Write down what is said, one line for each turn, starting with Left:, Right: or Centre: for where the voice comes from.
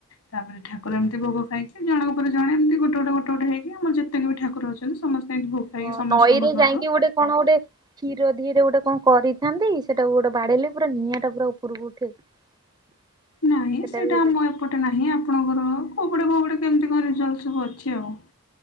Left: ତା ପରେ ଠାକୁର ଏମତି ଭୋଗ ଖାଇକି ଜଣଙ୍କ ପରେ ଜଣେ ଏମତି ଗୋଟେ ଖୋଟେ ଗେଟେ ଗୋଟେ ହେଇକି କି ଆମର ଯେତେକି ବି ଠାକୁର ଅଛନ୍ତି ସମସ୍ତେ ଏମିତି ଭୋଗ ଖାଇକି
Right: ହଁ
Left: ସମସ୍ତଙ୍କ
Right: ନଈରେ
Left: ଦ୍ଵାରୁ
Right: ଯାଇକି ଗୋଟେ କଣ ଗୋଟେ କ୍ଷୀର ଦିହରେ ଗୋଟେ କଣ କରିଥାନ୍ତି ସେଟାକୁ ଗୋଟେ ବାଡେଇଲେ ପୁରା ନିଆଁ ଟା ପୁରା ଉପରକୁ ଉଠେ। <inaudible>
Left: ନାହିଁ ସେଇଟା
Right: ବି ଗୋଟେ
Left: ଆମ ଏପଟେ ନାହିଁ ଆପଣଙ୍କର କୋଉ ପଟେ କ୍ନୋଉପଟେ କେମିତି କଣ ରେଜଲ୍ଟ ସବୁ ଅଛି ଆଉ।